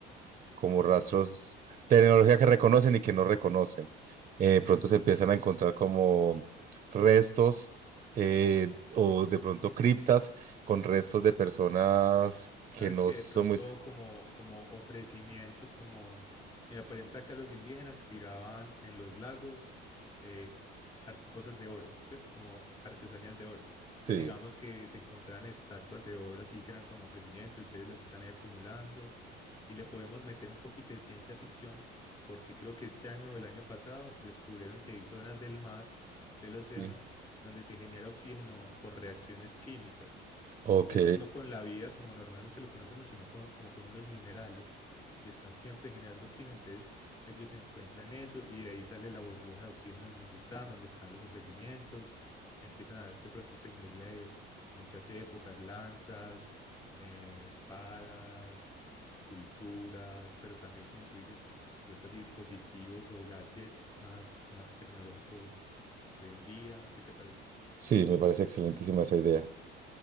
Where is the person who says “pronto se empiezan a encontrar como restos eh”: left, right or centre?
Right